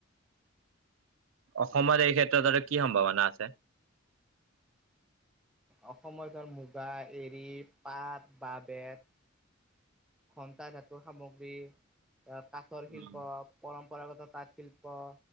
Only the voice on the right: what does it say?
অসমৰ এই ক্ষেত্ৰত আৰু কি সম্ভাৱনা আছে?
উম,